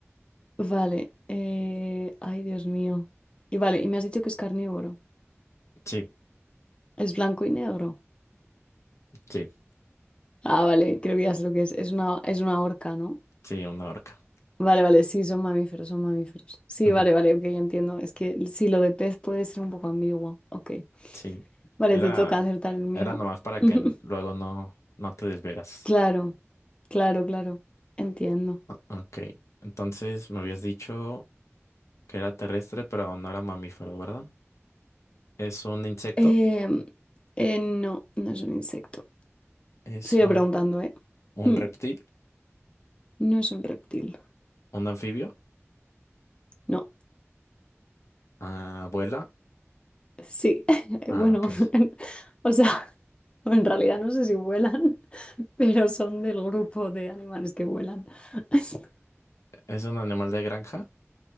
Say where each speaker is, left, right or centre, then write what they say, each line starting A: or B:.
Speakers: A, on the left; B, on the left.
A: Vale. eh, ay, Dios mío. Y vale, y me has dicho que es carnívoro.
B: sí,
A: Es blanco y negro.
B: sí,
A: Ah, vale, creo que ya sé lo que es. Es una, es una orca, ¿no?
B: sí, una orca.
A: Vale, vale, sí, son mamíferos, son mamíferos. Sí,
B: <laughs>
A: vale, vale, ok, ya entiendo. Es que sí, lo de pez puede ser un poco ambiguo. Ok.
B: Sí,
A: Vale,
B: era,
A: te toca acertar el mío.
B: era nomás para
A: <laughs>
B: que n- luego no, no te desvieras.
A: Claro, claro, claro. Entiendo.
B: O- ok, entonces me habías dicho que era terrestre, pero no era mamífero, ¿verdad? Es un insecto,
A: Em, eh, no, no es un insecto.
B: es
A: Sigue
B: un,
A: preguntando, ¿eh?
B: un
A: Mm,
B: reptil,
A: No es un reptil.
B: un anfibio,
A: No,
B: ah, vuela,
A: sí. <laughs>
B: ah,
A: Bueno,
B: ok.
A: <laughs> o sea, en realidad no sé si vuelan, <laughs> pero son del grupo de animales que vuelan. <laughs>
B: Es un animal de granja,